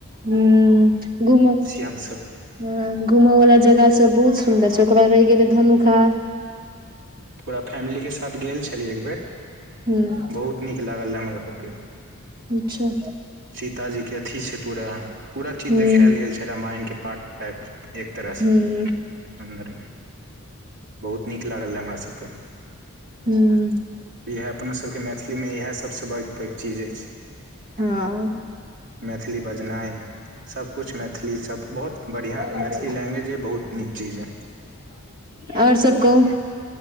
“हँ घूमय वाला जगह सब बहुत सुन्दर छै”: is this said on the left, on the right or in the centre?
Right